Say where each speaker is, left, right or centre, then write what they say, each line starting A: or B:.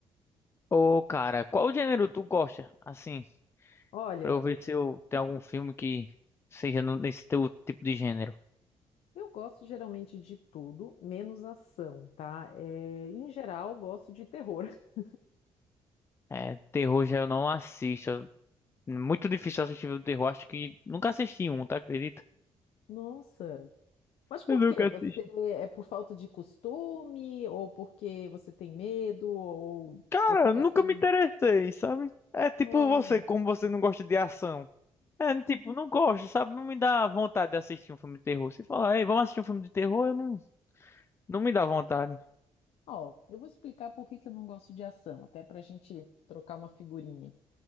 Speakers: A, on the left; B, on the left.
A: Ô, cara, qual gênero tu gosta? Assim,
B: Olha,
A: pra eu ver se eu tenho algum filme que seja no- nesse teu tipo de gênero.
B: eu gosto geralmente de tudo, menos ação, tá? É, em geral, gosto de terror. <laughs>
A: É, terror já eu não assisto. É Muito difícil assistir filme de terror. Acho que nunca assisti um, tá? Acredita?
B: Nossa, mas por
A: Eu nunca
B: quê? Você
A: assisti.
B: é por falta de costume, ou porque você tem medo, ou
A: Cara,
B: você
A: nunca
B: já tem.
A: me interessei, sabe? É tipo
B: Olha.
A: você, como você não gosta de ação. É, tipo, não gosto, sabe? Não me dá vontade de assistir um filme de terror. Se falar, ei, vamos assistir um filme de terror, eu não, não me dá vontade.
B: Ó, eu vou explicar por que que eu não gosto de ação, até para a gente trocar uma figurinha.